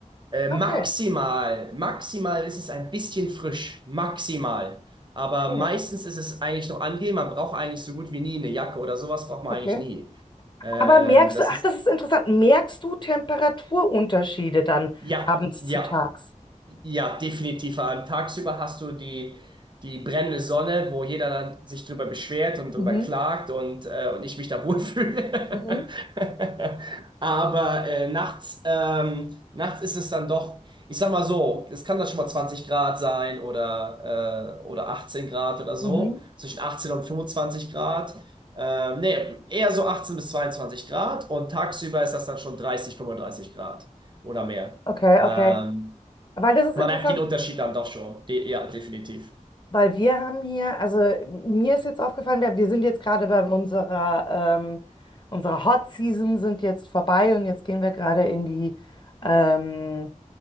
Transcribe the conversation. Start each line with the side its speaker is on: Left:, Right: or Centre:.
Right: Äh, maximal,
Left: Okay,
Right: maximal ist es ein bisschen frisch, maximal. Aber
Left: okay,
Right: meistens ist es eigentlich noch angenehm. Man braucht eigentlich so gut wie nie eine Jacke oder sowas braucht man
Left: okay.
Right: eigentlich nie. Ähm,
Left: Aber merkst
Right: das
Left: du, ach,
Right: ist,
Left: das ist interessant, merkst du Temperaturunterschiede dann
Right: ja,
Left: abends
Right: ja.
Left: zu tags?
Right: Ja, definitiv. An tagsüber hast du die, die brennende Sonne, wo jeder dann sich drüber beschwert und drüber
Left: Mhm,
Right: klagt und, äh, und ich mich da wohlfühle.
Left: mhm,
Right: <laughs> Aber äh, nachts, ähm, nachts ist es dann doch, ich sag mal so, es kann dann schon mal 20 Grad sein oder, äh, oder 18 Grad oder so,
Left: mhm.
Right: zwischen 18 und 25 Grad. Ähm, nee, eher so 18 bis 22 Grad und tagsüber ist das dann schon 30 35 Grad oder mehr.
Left: Okay,
Right: Ähm,
Left: okay. Weil das ist
Right: man
Left: interessant,
Right: merkt den Unterschied dann doch schon. De ja, definitiv.
Left: weil wir haben hier, also mir ist jetzt aufgefallen, wir, wir sind jetzt gerade bei unserer, ähm, unserer Hot Season sind jetzt vorbei und jetzt gehen wir gerade in die, ähm,